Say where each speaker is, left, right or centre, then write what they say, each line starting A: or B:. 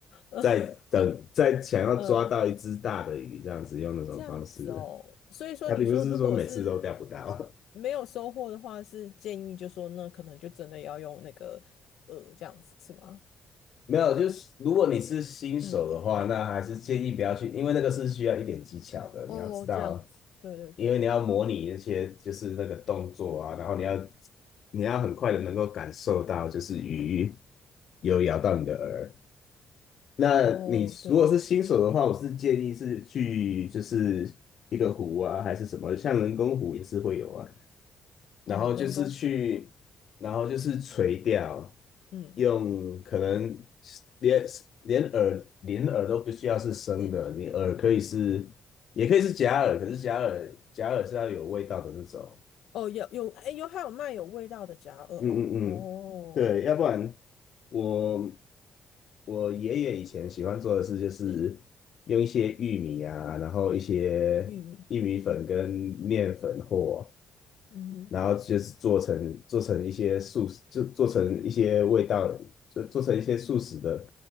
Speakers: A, on the left (about 80°); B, on the left (about 60°).
A: <laughs> 嗯
B: 在等，在想要抓到一只大的鱼，
A: 嗯
B: 这样子用那种方式。
A: 这样子哦，所以说你说如果是
B: 他并不是说每次都钓不到，
A: 没有收获的话，是建议就说那可能就真的要用那个呃这样子是吗？
B: <laughs> 没有，就是如果你是新手的话，
A: 嗯，
B: 那还是建议不要去，因为那个是需要一点技巧的，
A: 哦，
B: 你要知道，
A: 这样子，对对对，
B: 因为你要模拟那些就是那个动作啊，然后你要你要很快的能够感受到就是鱼
A: 嗯，
B: 有咬到你的饵。那你如果是新手的话，
A: 哦对，
B: 我是建议是去就是一个湖啊，还是什么，像人工湖也是会有啊。然后就是去，
A: 哦人工湖，
B: 然后就是垂钓，
A: 嗯
B: 用可能连连饵连饵都不需要是生的，
A: 是，
B: 你饵可以是也可以是假饵，可是假饵假饵是要有味道的那种。
A: 哦有有哎有还有卖有味道的夹耳哦，
B: 嗯嗯嗯，
A: 哦
B: 对，要不然我我爷爷以前喜欢做的事就是用一些玉米啊，
A: 是
B: 然后一些玉米粉跟面粉或，
A: 玉米，嗯嗯哼
B: 然后就是做成做成一些素食，就做成一些味道，就做成一些素食的